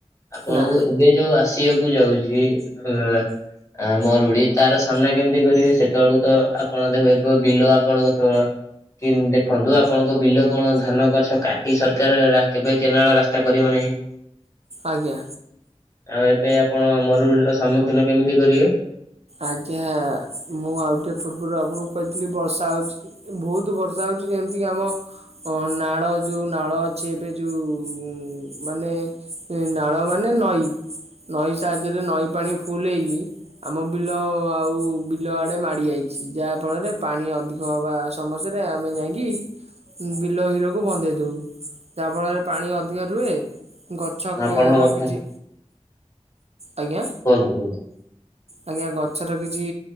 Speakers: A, on the left; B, on the right.
A: ଆପଣଙ୍କୁ
B: ନା
A: ଏବେ ଯୋଉ ଆସିଆକୁ କୁ ଯାଉଛି ଅ ଆ ମରୁଡି ତାର ସାମ୍ନା କେମିତି କରିବେ। ସେତେବେଳକୁ ତ ଆପଣ ଦେଖ ଏ ବିଲ ଆପଣଙ୍କ ତ କି ଦେଖନ୍ତୁ। ଆପଣଙ୍କ ବିଲ କଣ ଧାନ ଗଛ କାଟି ସରକାର କେବେ କେନାଳ ରାସ୍ତା କରିବ ନାହିଁ। <inaudible>
B: ଆଜ୍ଞା।
A: ଆଉ ଏବେ ଆପଣ ମରୁଡ଼ି ର ସମ୍ମୁଖୀନ କେମିତି କରିଏ?
B: ଆଜ୍ଞା, ମୁଁ ଆଉ ଟିଏ ପୂର୍ବରୁ ଆପଣଙ୍କୁ କହି ଥିଲି ବର୍ଷା ହଉଛି ବହୁତ ବର୍ଷା ହଉଛି, ଯେମିତି କି ଆମ ନାଳ ଯୋଉ ନାଳ ଅଛି ଏବେ ଯୋଉଁ ମାନେ ନାଳ ମାନେ ନଈ ନଈ ସାହାଯ୍ୟରେ ନଈ ପାଣି ଫୁଲ ହେଇକି, ଆମ ବିଲ ଆଉ ବିଲ ଆଡ଼େ ମାଡ଼ି ଆଇଛି ଯାହାଫଳରେ ପାଣି ଅଧିକ ହବା ସମସ୍ୟାରେ ଆମେ ଯାଇିଁକି ବିଲ ହିରକୁ ବନ୍ଦେଇ ଦଉ। ଯାହାଫଳରେ ପାଣି ଅଧିକ ରୁହେ। ଗଛର
A: ଆପଣଙ୍କ କଥା
B: କିଛି ଆଜ୍ଞା
A: କୁହନ୍ତୁ କୁହନ୍ତୁ।
B: ଆଜ୍ଞା, ଗଛର କିଛି